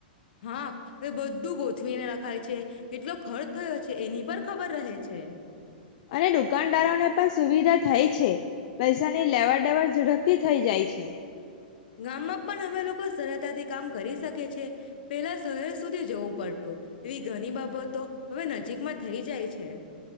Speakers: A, on the left; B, on the left.
A: હા, એ બધું ગોથવીને રખાય છે. કેટલો ખર્ચ થયો છે એની પર ખબર રહે છે.
B: અને દુકાનદારોને પણ સુવિધા થાય છે. પૈસાની લેવાડ દેવર ઝડપથી થઈ જાય છે.
A: ગામમાં પણ હવે લોકો શરત <unintelligible> કામ કરી શકે છે. પેલા શહેર સુધી જવું પડતું એવી ઘણી બાબતો હવે નજીકમાં થઈ જાય છે.